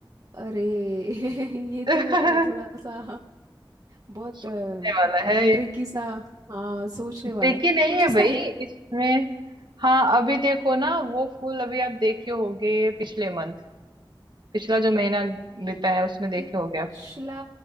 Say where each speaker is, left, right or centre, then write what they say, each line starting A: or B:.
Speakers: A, on the right; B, on the right.
A: अरे <laughs> ये
B: <laughs>
A: तो थोड़ा सा बहुत
B: सोचने वाला
A: ट्रिकी
B: है
A: सा हाँ सोचने
B: ट्रिकी
A: वाला है
B: नहीं
A: कुछ
B: है
A: उसका
B: भाई इसमें हाँ अभी देखो ना वो फूल अभी आप देखे होगे पिछले मंथ पिछला जो महीना बीता है उसमें देखे
A: पिछला
B: होगे आप